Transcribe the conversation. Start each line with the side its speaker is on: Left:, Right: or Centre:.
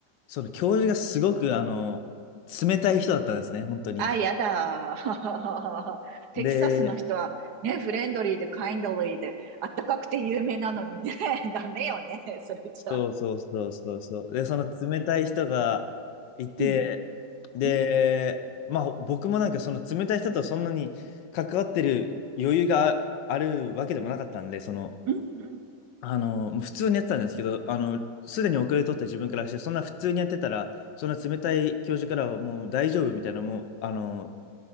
Left: その教授がすごくあの、冷たい人だったんですね。本当に。
Right: あ、やだ。<laughs> テキサスの人はね、
Left: で、
Right: フレンドリーでカインドリーで、あったかくて有名なのにね、<laughs> ダメよね、それじゃ。
Left: そうそうそうそうそう。で、その冷たい人がいて、
Right: うん、
Left: で、
Right: うん、
Left: まあ僕もなんかその冷たい人とそんなに関わってる余裕があるわけでもなかったんで、その、
Right: うん、
Left: あの、普通にやってたんですけど、あの、すでに遅れとった自分からして、そんな普通にやってたら、そんな冷たい教授からはもう大丈夫みたいな、もう、あの、